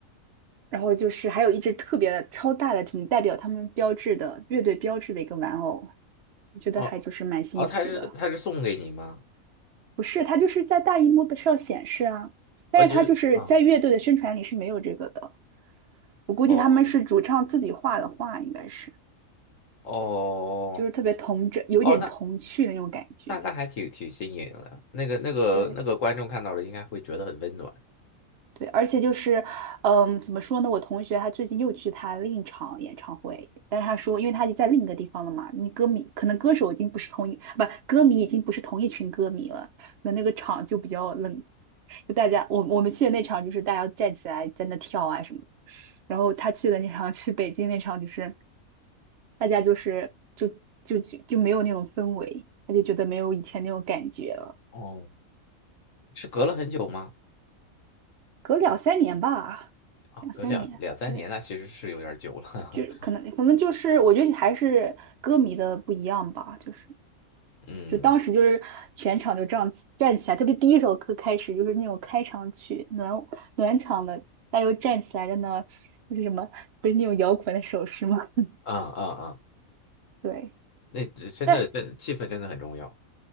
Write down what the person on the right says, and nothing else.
然后就是还有一只特别超大的，这种代表他们标志的乐队标志的一个玩偶，我觉得还就是蛮新奇的。
不是，它就是在大荧幕上显示啊，但是它就是在乐队的宣传里是没有这个的。
我估计他们是主唱自己画的画，
应该是
就是特别童真，有点童趣的那种感觉。
对，对，而且就是，嗯，怎么说呢？我同学他最近又去他另一场演唱会，但是他说，因为他已经在另一个地方了嘛，你歌迷可能歌手已经不是同一，不，歌迷已经不是同一群歌迷了，那那个场就比较冷，就大家我我们去的那场就是大家站起来在那跳啊什么的然后他去的那场 <laughs> 去北京那场就是大家就是就就就就没有那种氛围，他就觉得没有以前那种感觉了，
隔两三年吧，
两三年，
对。
就可能可能就是我觉得还是歌迷的不一样吧，
就是
就当时就是全场就这样站起来，特别第一首歌开始就是那种开场曲暖暖场的，大家就站起来在那就是什么不是那种摇滚的手势吗？<laughs>
对，
但